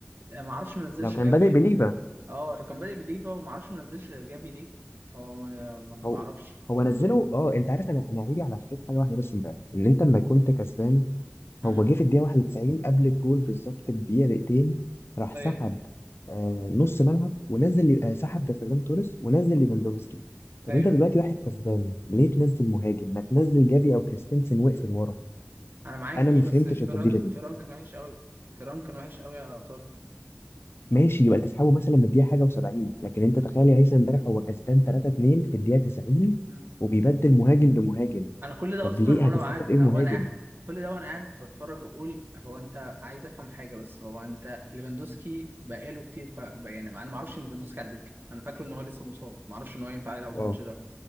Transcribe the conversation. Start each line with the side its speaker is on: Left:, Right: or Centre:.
Right: ما اعرفش ما نزلش
Left: لو كان
Right: جافي
Left: بادئ بليفا
Right: اه ده كان بادئ بليفا وما اعرفش ما نزلش جافي ليه هو ما ما
Left: هو
Right: اعرفش
Left: هو نزله اه انت عارف انا انا عيبي على فليك حاجه واحده بس امبارح ان انت لما كنت كسبان
Right: امم
Left: هو جه في الدقيقه 91 قبل الجول بالظبط بدقيقه دقيقتين راح
Right: ايوه
Left: سحب آه نص ملعب ونزل آه سحب فيران توريس ونزل ليفاندوفسكي طب
Right: ايوه
Left: انت دلوقتي واحد كسبان ليه تنزل مهاجم ما تنزل جافي او كريستنسن واقفل ورا
Right: انا معاك
Left: انا
Right: ماشي
Left: ما فهمتش
Right: بس فران
Left: التبديله دي
Right: فران كان وحش قوي فران كان وحش قوي يا طارق
Left: ماشي يبقى تسحبه مثلا من الدقيقه حاجه و70 لكن انت تخيل يا هيثم امبارح هو كسبان 3 2 في الدقيقه 90
Right: مم.
Left: وبيبدل مهاجم بمهاجم
Right: انا كل ده
Left: طب
Right: اصلا
Left: ليه
Right: وانا
Left: هتستفاد
Right: قاعد
Left: ايه المهاجم
Right: وانا قاعد- كل ده وانا قاعد بتفرج بقول هو انت عايز افهم حاجه بس هو انت ليفاندوسكي بقاله كتير ف يعني انا ما اعرفش ان ليفاندوسكي على الدكه انا فاكره ان هو لسه مصاب ما اعرفش ان هو ينفع يلعب الماتش
Left: اه
Right: ده